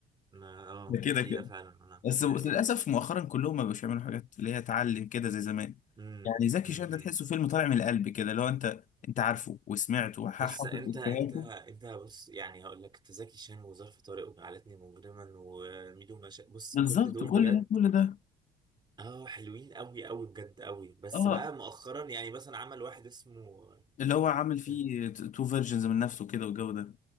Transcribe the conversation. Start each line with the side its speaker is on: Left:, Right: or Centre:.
Right: ما
Left: <laughs>
Right: اه
Left: ده كده
Right: دي حقيقة
Left: كده
Right: فعلا انا
Left: بس
Right: دي
Left: للاسف
Right: حقيقة
Left: مؤخرا كلهم ما بقوش يعملوا حاجات اللي هي تعلم كده زي زمان
Right: امم
Left: يعني زكي
Right: امم
Left: شان ده تحسه فيلم طالع من القلب كده لو انت انت عارفه وسمعته وحافظ
Right: بص انت
Left: افيهاته
Right: انت انت بص يعني هقول لك انت زكي شان وظرف طارق وجعلتني مجرما وميدو مشا بص
Left: بالظبط
Right: كل دول
Left: كل
Right: بجد
Left: ده كل ده
Right: اه حلوين قوي قوي بجد قوي بس
Left: اه
Right: بقى مؤخرا يعني مثلا عمل واحد اسمه
Left: اللي هو عامل فيه
Right: ال-
Left: تو فيرجنز من نفسه كده والجو ده